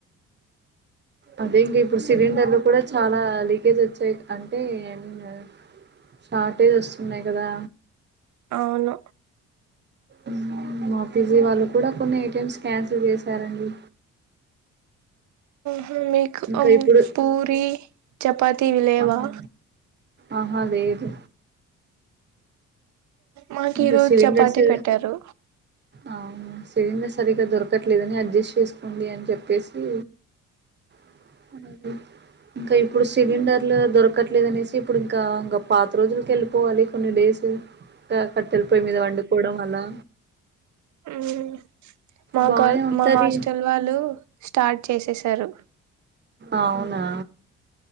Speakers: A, on the right; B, on the right.
A: అదే ఇంక ఇప్పుడు సిలిండర్లు కూడా చాలా లీకేజ్ వచ్చాయి అంటే మ్ షార్టేజ్ వస్తున్నాయి కదా
B: అవును
A: మ్మ్, మా పీ జీ వాళ్ళు కూడా కొన్ని ఐటమ్స్ క్యాన్సిల్ చేశారండి
B: హు మీకు
A: ఇంకా
B: అం
A: ఇప్పుడు
B: పూరి చపాతీ ఇవి లేవా
A: ఆహా ఆహా లేదు
B: మాకు
A: ఇంకా
B: ఈ రోజు
A: సిలిండర్స్
B: చపాతి పెట్టారు
A: అవును సిలిండర్ సరిగ్గా దొరకట్లేదని అడ్జస్ట్ చేసుకోండి అని చెప్పేసి <inaudible> అది ఇంకా ఇప్పుడు సిలిండర్లు దొరకట్లేదనేసి ఇప్పుడు ఇంక ఇంక పాత రోజులకి ఎళ్ళిపోవాలి కొన్ని డేస్ క కట్టెల పొయ్యి మీద వండుకోవడం అలా
B: ఉమ్మ్ మా
A: బానే
B: కా
A: ఉంటది
B: మా హాస్టల్ వాళ్ళు స్టార్ట్ చేసేసారు
A: అవునా